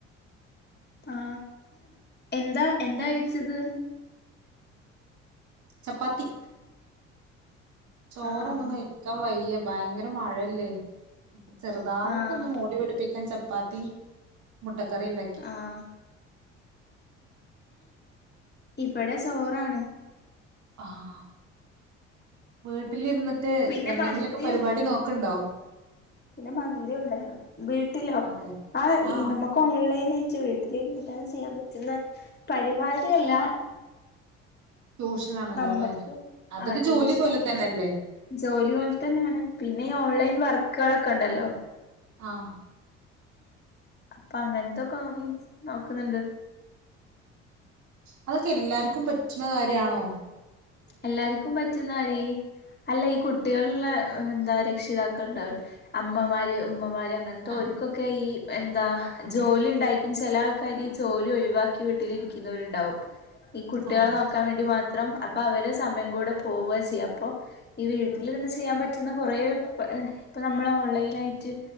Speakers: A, on the left; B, on the right.
A: ആ എന്താ എന്താഴിച്ചത്
B: ചപ്പാത്തി ചോറൊന്നും
A: ആഹ് ആഹ്
B: കഴിക്കാൻ വയ്യ ഭയങ്കര മഴ യല്ലേ ചെറുതായിട്ടൊന്ന്
A: ആഹ്
B: മൂടി പിടിപ്പിക്കാൻ ചപ്പാത്തിമു മുട്ടക്കറി ഉണ്ടാക്കി
A: ആഹ് ഇവിടെ ചോറാണ്
B: ആഹ് വീട്ടിലിരുന്നിട്ട്
A: പിന്നെ
B: എന്തെങ്കിലൊക്കെ
A: മന്തിയും
B: പരിപാടി നോക്ക്ണ്ടോ
A: പിന്നെ മന്തി ഉണ്ടായിരുന്നു വീട്ടിലോ
B: അതെ
A: ആ
B: ആഹ്
A: നമുക്ക് ഓൺലൈനായിട്ട് വീട്ടിലിര്ന്ന് പെട്ടെന്ന് ചെയ്യാൻ പറ്റുന്ന പരിപാടി അല്ല
B: ട്യൂഷനാണല്ലോ
A: നമ്മക്ക്
B: അല്ലെ അതൊരു
A: ആ ട്യൂഷന്
B: ജോലി പോലെ തന്നെയല്ലേ
A: ജോലി പോലെ തന്നെയാണ് പിന്നെ ഈ ഓൺലൈൻ വർക്കുകളൊക്കെണ്ടല്ലോ
B: ആഹ
A: അപ്പൊ അങ്ങൻത്തൊക്കെ നോക്ക്ണ് ണ്ട്
B: അതൊക്കെ എല്ലാർക്കും പറ്റുന്ന കാര്യണോ
A: എല്ലാർക്കും പറ്റുന്നാര്യ അല്ല ഈ കുട്ടികളുള്ള എന്താ രക്ഷിതാക്കൾ ണ്ടാവൂലെ അമ്മമാര് ഉമ്മമാര് അങ്ങൻ ന്തോ
B: ആഹ്
A: ർക്കൊക്കെ ഈ എന്താ ജോലി ഉണ്ടായിട്ടും ചിലാൾക്കാര് ജോലി ഒഴിവാക്കി വീട്ടിലിരിക്കുന്നവരുണ്ടാവും ഈ കുട്ടികളെ
B: ആഹ്
A: നോക്കാൻ വേണ്ടി മാത്രംഅ അപ്പൊ അവരെ സമയം കൂടെ പോവാ ചെയ്യാ. അപ്പൊ ഈ വീട്ടിലിര്ന്ന് ചെയ്യാൻ പറ്റുന്ന കൊറേ ഇപ്പൊ നമ്മൾ ഓൺലൈൻ ആയിട്ട്